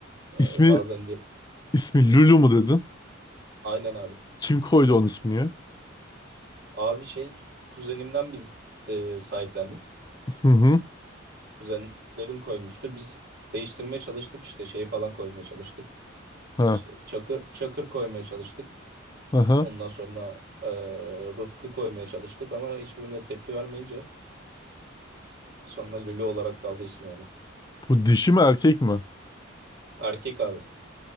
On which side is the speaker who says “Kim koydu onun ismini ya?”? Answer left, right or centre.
Left